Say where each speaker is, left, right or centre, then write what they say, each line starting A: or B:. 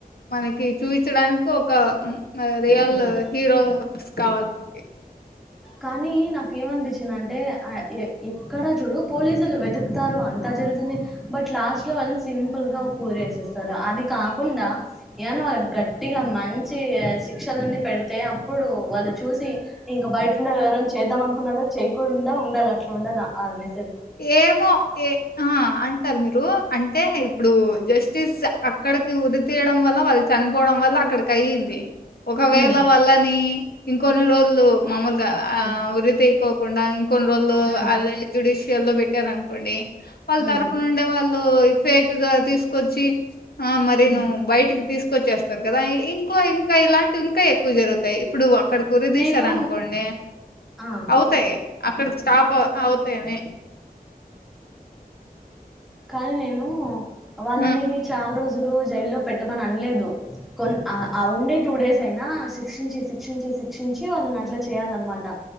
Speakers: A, on the left; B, in the centre.
A: మనకి చూయించడానికి ఒక మ రియల్
B: ఉమ్
A: హీరో స్కాల్ప్ కి
B: కానీ నాకేమనిపించిందంటే అ ఎ ఎక్కడ చూడు పోలీసులు వెతుకుతారు అంత జరుగుతుంది బట్ లాస్ట్ లో వాళ్ళని సింపుల్ గా ఒక ఉరి వేసేస్తారు అది కాకుండా ఏవన్నా గట్టిగా మంచి ఇగ శిక్షలన్ని పెడితే అప్పుడు వాళ్ళు చూసి ఇంక బయట అండ్ ఎవరన్న చేద్దాం అనుకున్నాగా చేయకుండా ఉండాల అట్లా ఉండాల ఆ మె
A: ఏమో ఏ అ అంటారు మీరు అంటే ఇప్పుడు జస్టిస్ అక్ అక్కడికి ఉరి తీయడం వాళ్ళ వాళ్ చనిపోవడం వల్ల అక్కడికి అయింది ఒకవేళ
B: హ్మ్
A: వళ్ళని ఇంకొన్ని రోల్లు మామూలగా
B: హ్మ్
A: ఆ ఉరి తీకోకుండా ఇంకొన్ని రోజులు
B: హ్మ్
A: అదే జుడిష్ యల్లో పెట్టారనుకోండి వాళ్ళ
B: హ్మ్
A: తరపు నుండే వాళ్ళు ఫేక్ గా తీసుకొచ్చి ఆ మరి
B: హ్మ్
A: నువ్వు బయటికి తీసుకొచ్చేస్తారు కదా ఇ ఇంకో ఇంకా ఇలాంటివి ఇంకా ఎక్కువ జరుగుతాయి ఇప్పుడు ఒక్కడికి ఉరి తీసారనుకోండి
B: నేను ఆ
A: అవుతాయి అక్కడికి స్టాప్ అ అవుతాయని
B: కానీ నేను వాళ్ళని
A: హ్మ్.
B: నేన్ చాలా రోజులు జైల్లో పెట్టమని అనలేదు కొన్ ఆ అ ఉండేది టూ డేస్ అయినా శిక్షించి శిక్షించి శిక్షించి వాళ్ళని అట్లా చేయాలన్నమాట